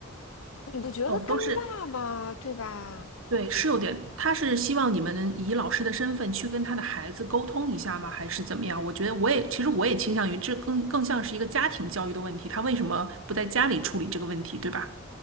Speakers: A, on the left; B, on the right.
A: 你不觉得尴尬吗？
B: 哦，都是
A: 对吧？
B: 对，是有点，他是希望你们以老师的身份去跟他的孩子沟通一下吗？还是怎么样？我觉得我也，其实我也倾向于这更更像是一个家庭教育的问题，他为什么不在家里处理这个问题，对吧？